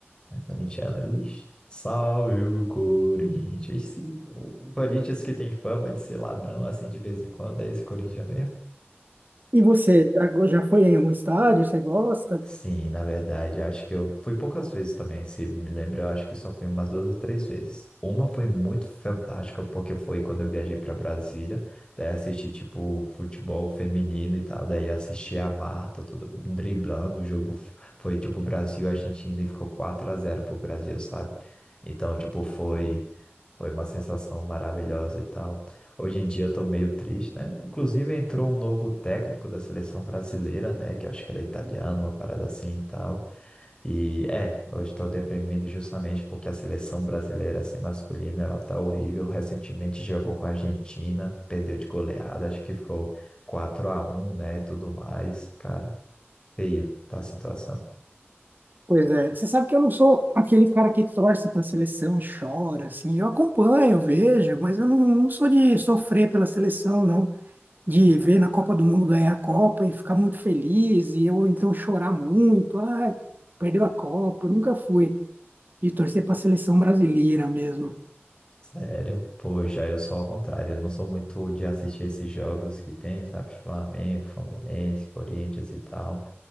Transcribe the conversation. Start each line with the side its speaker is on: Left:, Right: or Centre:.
Left: É corintiano, ixi. Salve o Corinthians. Esse- o o Corinthians que tem fama de ser ladrão, assim, de vez em quando, é esse Corinthians mesmo?
Right: E você, já já foi em um estádio? Você gosta?
Left: Sim, na verdade, acho que eu fui poucas vezes também, se me lembro, eu acho que eu só fui umas duas ou três vezes. Uma foi muito fantástica, porque foi quando eu viajei para Brasília, daí assisti, tipo, futebol feminino e tal, daí assisti a Marta tudo, driblando, o jogo f- foi, tipo, Brasil-Argentina e Argentina, e ficou 4 a zero pro Brasil, sabe? Então, tipo, foi. Foi uma sensação maravilhosa e tal. Hoje em dia eu tô meio triste, né? Inclusive entrou um novo técnico da seleção brasileira, né? Que eu acho que ele é italiano, uma parada assim e tal. E é, eu estou deprimido justamente porque a seleção brasileira, assim, masculina, ela tá horrível. Recentemente jogou com a Argentina, perdeu de goleada, acho que ficou 4 a um né? E tudo mais. Cara, feio tá a situação.
Right: Pois é. Você sabe que eu não sou aquele cara que torce para a seleção e chora, assim. Eu acompanho, eu vejo, mas eu não, não sou de sofrer pela seleção, não. De ver na Copa do Mundo ganhar a Copa e ficar muito feliz, e eu então chorar muito. Ai, perdeu a Copa. Eu nunca fui de torcer para a seleção brasileira mesmo.
Left: Sério, pô, já eu sou ao contrário, eu não sou muito de assistir esses jogos que tem, sabe, Flamengo, Fluminense, Corinthians e tal,